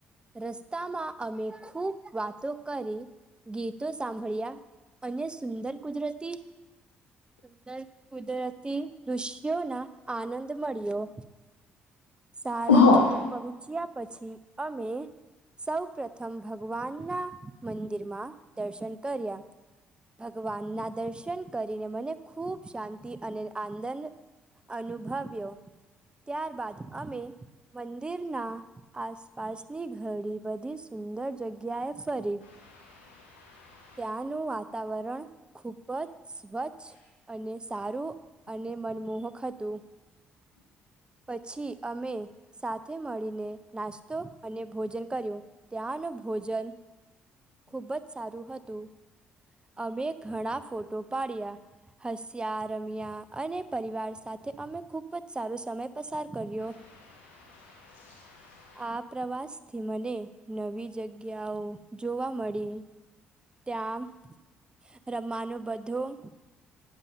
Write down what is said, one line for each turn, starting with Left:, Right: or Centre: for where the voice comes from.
Right: રસ્તામાં અમે ખૂબ વાતો કરી ગીતો સાંભળ્યા. અને સુંદર કુદરતી સુંદર કુદરતી દૃશ્યોના આનંદ મળ્યો. સારંગપુર
Left: હા
Right: પહોંચ્યા પછી અમે સૌ પ્રથમ ભગવાનના મંદિરમાં દર્શન કર્યા. ભગવાનના દર્શન કરીને મને ખૂબ શાંતિ અને આનંદ અનુભવ્યો, ત્યારબાદ અમે મંદિરના આસપાસની ઘડી બધી સુંદર જગ્યાએ ફરી.
Left: <inaudible>
Right: ત્યાંનું વાતાવરણ ખુબ જ સ્વચ્છ અને સારું અને મનમોહક હતું, પછી અમે સાથે મળીને નાસ્તો અને ભોજન કર્યું, ત્યાં ન ભોજન ખુબ જ સારું હતું, અમે ઘણા ફોટો પાડ્યા. હસ્યા રમ્યા અને પરિવાર સાથે અમે ખૂબ જ સારો સમય પસાર કર્યો.
Left: <inaudible>
Right: આ પ્રવાસથી મને નવી જગ્યાઓ જોવા મળી. ત્યાં રમવાનું બધું.